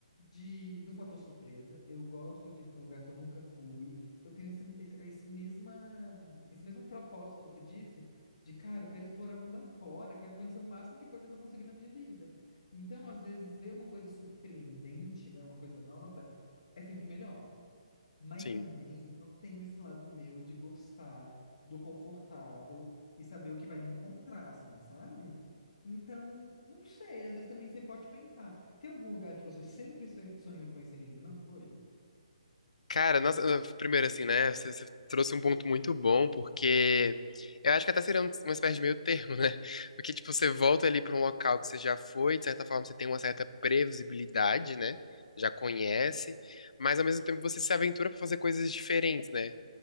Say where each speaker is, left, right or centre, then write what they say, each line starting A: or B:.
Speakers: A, on the left (about 50°); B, on the left (about 85°).
A: de, do fator surpresa. Eu gosto de ir para um lugar que eu nunca fui. Eu tenho esse, esse, esse mesma, esse mesmo propósito que você disse de cara, eu quero explorar mundo afora, quero conhecer o máximo de coisa que eu conseguir na minha vida. Então, às vezes, ver uma coisa surpreendente, né, uma coisa nova, é sempre melhor. Mas
B: Sim.
A: também eu tenho esse lado meu de gostar do confortável e saber o que vai me encontrar, assim, sabe? Então, não sei, às vezes também você pode pensar. Tem algum lugar que você sempre se- sonhou em conhecer e ainda não foi?
B: Cara, nossa, eh, primeiro assim, né? Você, você trouxe um ponto muito bom, porque eu acho que até seria um- uma espécie de meio termo, né? Porque, tipo, você volta ali pra um local que você já foi, de certa forma você tem uma certa previsibilidade, né? Já conhece, mas ao mesmo tempo você se aventura pra fazer coisas diferentes, né?